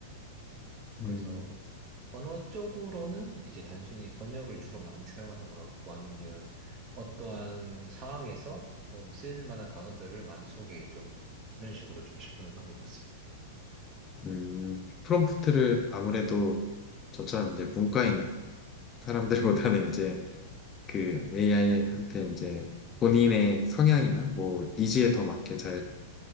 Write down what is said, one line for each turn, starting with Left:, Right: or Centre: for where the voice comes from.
Left: 음,
Right: 그래서 언어 쪽으로는 이제 단순히 번역을 주로 많이 사용하는 것 같고, 아니면 어떠한 상황에서 좀 쓰일 만한 단어들을 많이 소개해줘. 이런 식으로 좀 질문을 하는 것 같습니다.
Left: 음, 프롬프트를 아무래도 저처럼 이제 문과인 사람들보다는 이제 그 AI한테 이제 본인의 성향이나 뭐 니즈에 더 맞게 잘